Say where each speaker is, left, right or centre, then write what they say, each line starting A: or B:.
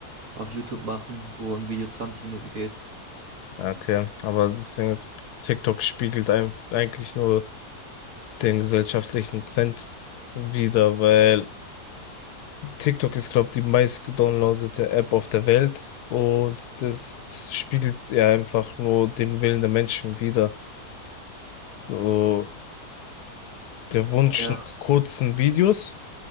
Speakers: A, on the right; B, on the left.
A: auf YouTube machen, wo ein Video 20 Minuten geht.
B: Ah, Okay, aber das Ding ist, TikTok spiegelt ein, eigentlich nur den gesellschaftlichen Trend wider, weil TikTok ist, glaube ich, die meistgedownloadete App auf der Welt und das spiegelt ja einfach nur den Willen der Menschen wider. So der Wunsch
A: Ja,
B: nach kurzen Videos.